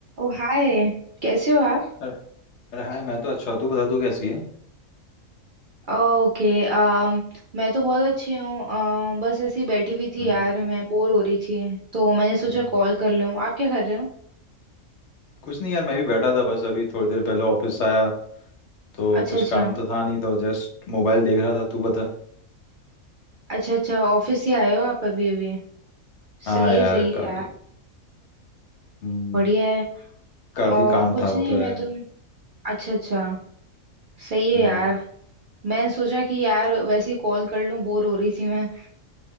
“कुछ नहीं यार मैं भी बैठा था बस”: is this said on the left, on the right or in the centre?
Left